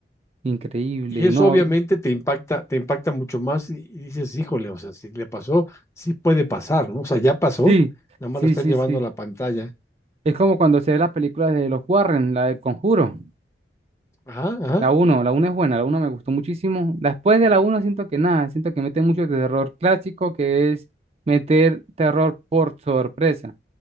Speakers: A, on the right; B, on the left.
A: increíble.
B: Y eso
A: Y uno,
B: obviamente te impacta, te impacta mucho más y, y dices, híjole, o sea, si le pasó, sí puede pasar, ¿no? O sea, ya pasó,
A: sí.
B: nada
A: Sí,
B: más lo están
A: sí,
B: llevando
A: sí.
B: a la pantalla.
A: Es como cuando se ve las películas de los Warren, la del Conjuro.
B: Ajá, ajá,
A: La uno, la uno es buena, la uno me gustó muchísimo. Después de la uno siento que nada, siento que mete mucho terror clásico, que es meter terror por sorpresa.